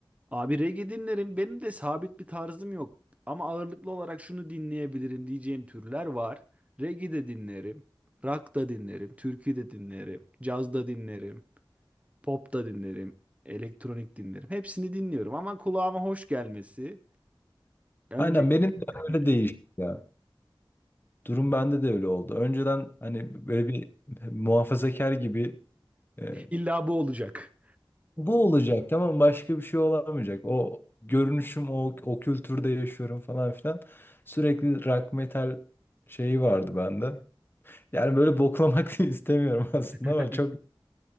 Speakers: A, on the right; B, on the left.
A: Abi reggae dinlerim. Benim de sabit bir tarzım yok. Ama ağırlıklı olarak şunu dinleyebilirim diyeceğim türler var. Reggae de dinlerim. Rock da dinlerim. Türkü de dinlerim. Caz da dinlerim. Pop da dinlerim. Elektronik dinlerim. Hepsini dinliyorum ama kulağıma hoş gelmesi. Önce
B: Aynen benim de
A: dinlerim
B: öyle
A: yani.
B: değişti
A: <laughs>
B: ya. Durum bende de öyle oldu. Önceden hani böyle bir muhafazakar gibi e,
A: İlla bu olacak.
B: Bu olacak tamam başka bir şey olamayacak. O görünüşüm o, o kültürde yaşıyorum falan filan. Sürekli rock metal şeyi vardı bende. Yani böyle boklamak <laughs> da istemiyorum aslında
A: <laughs>
B: ama çok